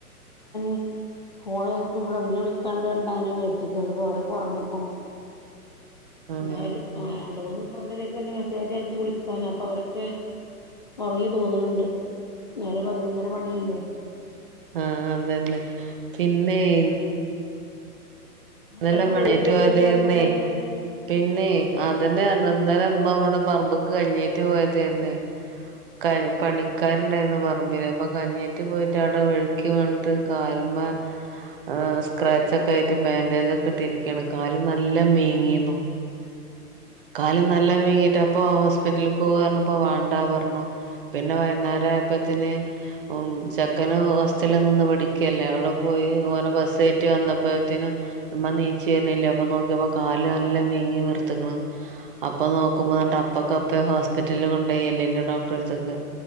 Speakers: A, on the left; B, on the right.
A: <unintelligible> ഫോണ ഒക്കെ ഫ്രണ്ടിന കളിക്കാണ്ട്ണ്ടണ്ട്ങ്ങനെ മേടിച്ചിണ്ട് ഇപ്പൊ ഒരൊക്കെ ഉറങ്ങിക്ക്ണു
B: ആഹ്
A: ഞാന് രണ്ട് മൂന്നും ഫ്രണ്ടിനൊക്കെ മെസ്സേജ് അയച്ചു വിള ക്കന് പ്പൊ അവരൊക്കെ ഉറങ്ങി തോന്നണുണ്ട് നേരം പതിനൊന്നര മണിയായില്ലേ
B: ആഹ് അതന്നെ പിന്നെയ് എന്നെല്ലാം
A: എന്തൊക്കെ
B: വടെറ്റവും
A: വീട്ടിലൊക്കെ വിശേഷം
B: അതെന്നെയ്
A: എന്തൊക്കെ
B: പിന്നെ അതന്നേര്ന്ന് ഇന്നല ഇമ്മ അവിടെ പറമ്പക്ക കഞ്ഞേറ്റ് പോയതേര്ന്നേ കഴി പണിക്കാരുണ്ടായര്ന്ന് പറമ്പില് അപ്പ കഞ്ഞിയാറ്റ് പോയിറ്റ് അവിടെ വി ക്കി വിണ്റ്റ് കാല്മ്മെ എ സ്ക്രാച്ചൊക്കായിട്ട് ബാൻ ഡേജൊക്കെ ഇട്ടിരിക്കാണ് കാല് നല്ല മേങ്ങീന്നു കാല് നല്ല വീങ്ങിട്ട് അപ്പൊ ഹോസ്പിറ്റലിൽ പോവാന്ന് പറഞ്ഞപ്പം വാണ്ടാന്ന് പറഞ്ഞു പിന്നെ വൈകുന്നേരായപ്പത്തിന് ഉം ചെക്കന് ഹോസ്റ്റല് നിന്ന് പഠിക്കല്ലേ അവിടെ പോയി ഓനെ ബസ് കേറ്റി വന്നപ്പോത്തേനും ഉമ്മണീച്ച് വരണില്ല അപ്പം നോക്കിയപ്പോ കാല് നല്ല മീങ്ങി വീർത്ത്ക്കണ് അപ്പൊ നോക്കുമ്പോ അപ്പൊക്കെപ്പെ ഹോസ്പിറ്റലിൽ കൊണ്ടോയി എല്ലിന്റെ ഡോക്ടറെടുത്തേക്ക്